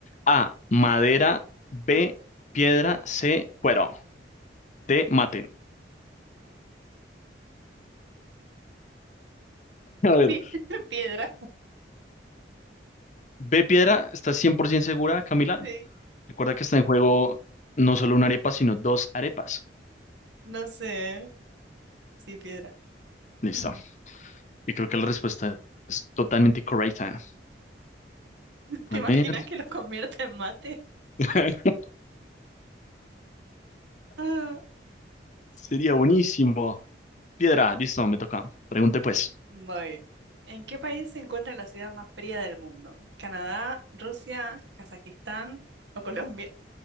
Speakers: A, on the left; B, on the right.
A: A, madera, B, piedra, C, cuero. te maten. <laughs> A ver,
B: Pie- <laughs> Piedra,
A: B Piedra, ¿estás 100% segura, Camila?
B: sí.
A: Recuerda que está en juego no solo una arepa, sino dos arepas.
B: No sé. Sí, piedra.
A: Listo.
B: Ujú.
A: Y creo que la respuesta es totalmente correcta.
B: <laughs> ¿Te
A: A
B: imaginas
A: ver,
B: que los convierta en mate?
A: <laughs>
B: Ah,
A: sería buenísimo. Piedra, listo, me toca. Pregunte pues.
B: voy. ¿En qué país se encuentra la ciudad más fría del mundo? ¿Canadá, Rusia, Kazajistán o Colombia?